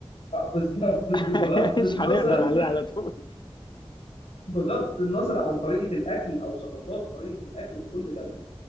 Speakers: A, on the left; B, on the left.
A: بالظبط بغض
B: <laughs> مش
A: النظر
B: هنقدر عليه على طول
A: بغض النظر عن طريقة الأكل أو ثقافات طريقة الأكل في كل دولة